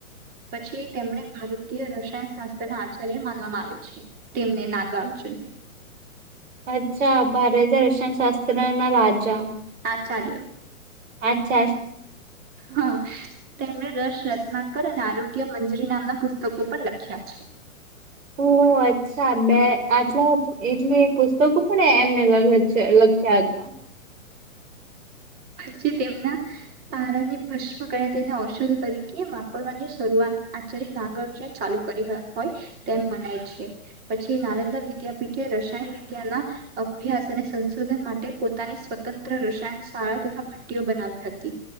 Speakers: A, on the right; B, on the right.
A: પછી તેમણે ભારતીય શાસ્ત્ર ના આચાર્ય માનવામાં આવે છે તેમને નાગા અર્જુનને
B: અચ્છા ભારતે રશિયન શાસ્ત્ર ના રાજા
A: આાચાર્યો
B: અચ્છા
A: હ તેમણે રસ રત્નાકર અને આરોગ્ય મંજરી નામના પુસ્તકો પર લખ્યા છે
B: ઓ અચ્છા બે આટલા એટલી પુસ્તકો પણ એમને લખ્યા હતા
A: પછી તેમના પારાને ભસ્મ ગ તેને ઔષધ તરીકે વાપરવાની શરૂઆત આચાર્ય નાગર ચાલુ કરી હોય તેમ મનાય છે પછી નાલંદા વિદ્યાપીઠ એ રસાયણ વિદ્યાના અભ્યાસ અને સંશોધન માટે પોતાની સ્વતંત્ર રસાયણ શાળા તથા ભટ્ટીઓ બનાવી હતી